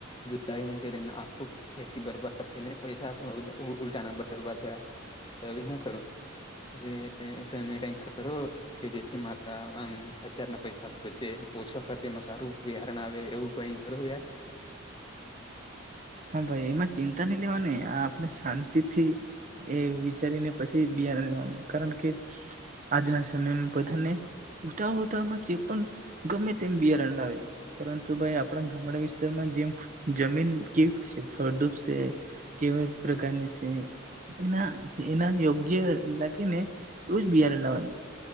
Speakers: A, on the left (about 25°); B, on the right (about 40°).
A: ગાય હું કેને આખ ખેતી બરબાદ થઈને પૈસા ઉલટા ના બરબાદ થયા, તો હવે શું કરું, હવે તમે કઈક કરો કે જેથી મારા આમ અત્યારના પૈસા બચે ઓછા ખર્ચેમાં સારું બિયારણ આવે એવું. કો કરો યાર.
B: હા ભાઈ એમાં ચિંતા ન મને આપ પને શાંતિથી એ વિચારીને પછી બિયારન લેવાનું. કારણ કે આજના સમયમાં બધાને ઉતાળ ઉતળમાં જે પણ ગમે તેમ બિયારણ લાવે પરંતુ ભાઈ આપણા ગામડા વિસ્ત જેમાં જેમ જમીન કે શે શડુબ છે કેવી પ્રકાર ની છે? એના એના યોગ્ય લાગે ને એવું જ બિયારણ લાવાનું.